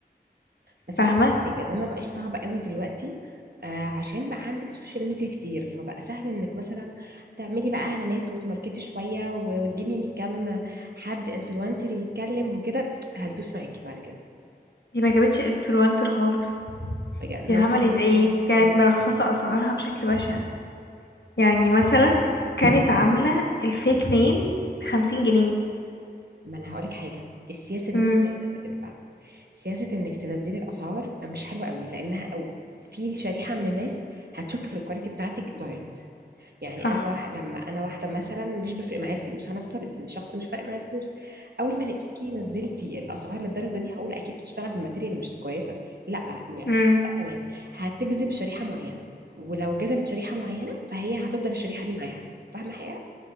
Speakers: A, on the right (about 65°); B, on the left (about 85°).
A: بس
B: فاهمة
A: هقول حاجة ده ما بقاش صعب قوي دلوقتي آه عشان بقى عندك سوشيال ميديا كتير فبقى سهل انك مثلا تعملي بقى اعلانات وتماركتي شوية و- وتجيبي كم حد انفلونسر يتكلم وكده هتدوس معاكي بعد كده
B: دي ما جابتش انفلونسر خالص
A: بجد ممكن
B: دي عملت
A: مثلا
B: ايه كانت
A: أقول
B: مرخصة اسعارها بشكل بشع يعني مثلا كانت
A: مم.
B: عاملة الفيك نيلز بخمسين جنيه
A: ما انا هقولك حاجة السياسة دي
B: امم
A: مش دايما بتنفع سياسة انك تنزلي الاسعار مش حلوة قوي لانها او في شريحة من الناس هتشك في الكواليتي بتاعتك دايركت يعني
B: صح
A: انا واحد لما انا واحده مثلا مش بفرق معايا الفلوس هنفترض ان شخص مش فارق معايا الفلوس اول ما الاقيكي نزلتي الاسعار للدرجه دي هقول اكيد بتشتغل بماتيريال مش كويسه لا يعني
B: امم
A: لا تمام هتجذب شريحه معينه ولو جذبت شريحه معينه فهي هتفضل الشريحه دي معاها فاهمه حاجه